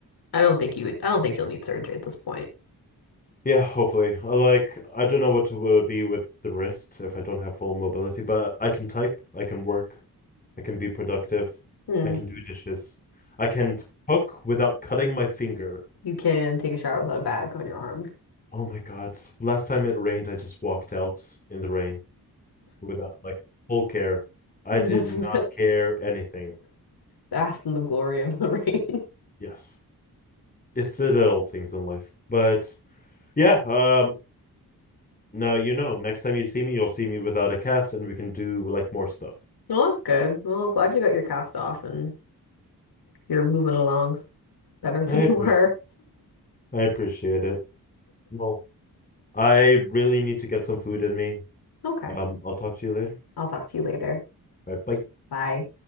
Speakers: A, on the left; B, on the left.
A: I don't think you would, I don't think you'll need surgery at this point.
B: Yeah, hopefully. I Like, I don't know what it will be with the wrist if I don't have full mobility, but I can type, I can work, I can be productive,
A: Hmm.
B: I can do dishes, I can cook without cutting my finger.
A: You can take a shower without a bag on your arm.
B: Oh my God. s- Last time it rained, I just walked out in the rain without like full care. I
A: <laughs>
B: did
A: Just
B: not
A: <laughs>
B: care anything.
A: bask in the glory of the <laughs> rain.
B: Yes. It's the little things in life. But yeah, um, now you know, next time you see me, you'll see me without a cast and we can do like more stuff.
A: Well, that's good. Well, I'm glad you got your cast off and you're moving along s- better than
B: I appreciate
A: you were.
B: I appreciate it. Well, I really need to get some food in me.
A: Okay,
B: Um, I'll talk to you later.
A: I'll talk to you later.
B: All right, bye.
A: Bye.